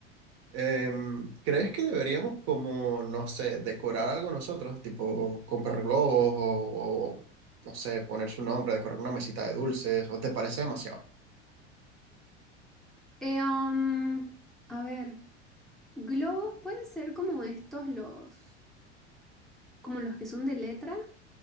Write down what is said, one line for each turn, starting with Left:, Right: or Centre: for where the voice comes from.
Right: Em, ¿crees que deberíamos como, no sé, decorar algo nosotros? Tipo comprar globos o, o, no sé, poner su nombre, decorar una mesita de dulces, ¿o te parece demasiado?
Centre: Eh, um, a ver, globos pueden ser como estos los, como los que son de letras,